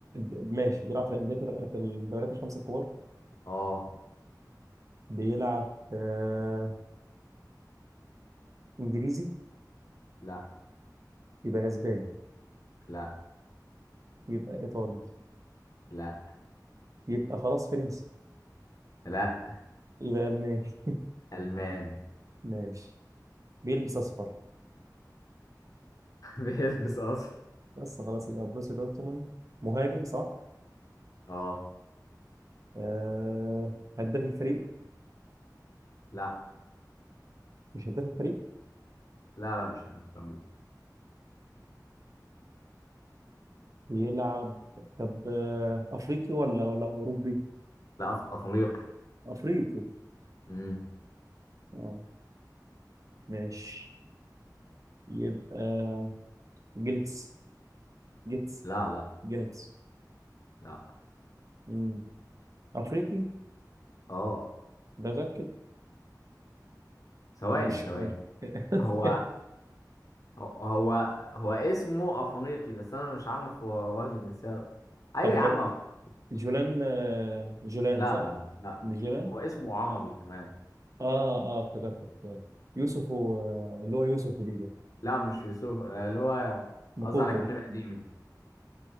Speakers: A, on the right; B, on the left.
A: د- ماشي بيلعب في الانديه في الدوريات الخمسه الكبار
B: اه
A: بيلعب في آه، انجليزي
B: لا
A: يبقى اسباني
B: لا
A: يبقى ايطالي
B: لا
A: يبقى خلاص فرنسي
B: لا
A: يبقى الماني
B: ألماني
A: <laughs> ماشي بيلبس اصفر
B: <laughs> بيلبس أصفر
A: بس خلاص يبقى بروسيا دورتموند مهاجم صح
B: اه
A: آه... هداف الفريق
B: لا
A: مش هداف الفريق
B: لا لا مش ألماني
A: يلعب طب آه... افريقي ولا ولا اوروبي
B: لا أف... أفريقي
A: افريقي
B: امم
A: اه ماشي يبقى جيلتس جيتس
B: لا لا
A: جينيتس
B: لا
A: مم. افريقي
B: اه
A: ده متاكد
B: ثواني
A: ومش
B: ثواني
A: ومش
B: هو
A: <laughs>
B: هو هو اسمه أفريقي بس أنا مش عارف هو واخد الجنسية أيوة
A: طب
B: يا عم أف-
A: جولان آه، جولان
B: لا
A: صح
B: لا لا
A: مش جولان
B: هو اسمه عربي كمان
A: اه اه افتكرت افتكرت يوسف و... اللي هو يوسف ودي ده
B: لا مش يوسف آه، اللي هو
A: مكوكو
B: قصدي على كريم قديمي